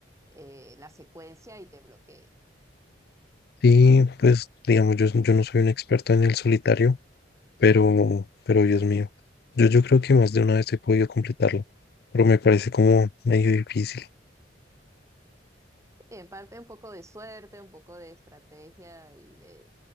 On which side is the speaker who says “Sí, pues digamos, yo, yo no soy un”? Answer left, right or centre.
Left